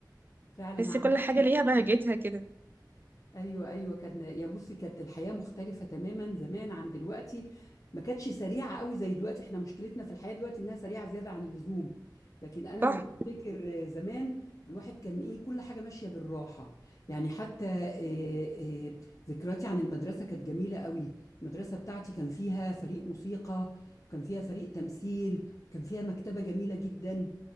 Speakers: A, on the left; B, on the right.
A: فعلا
B: تحسي كل حاجة ليها بهجتها كده
A: ايوه ايوه كان يا بصي كانت الحياه مختلفه تماما زمان عن دلوقتي ما كانتش سريعه قوي زي دلوقتي احنا مشكلتنا في الحياه دلوقتي انها سريعه زياده عن اللزوم لكن انا لما
B: صح؟
A: بفتكر زمان الواحد كان ايه كل حاجه ماشيه بالراحه يعني حتى آه، آه، ذكرياتي عن المدرسه كانت جميله قوي المدرسه بتاعتي كان فيها فريق موسيقى وكان فيها فريق تمثيل وكان فيها مكتبه جميله جدا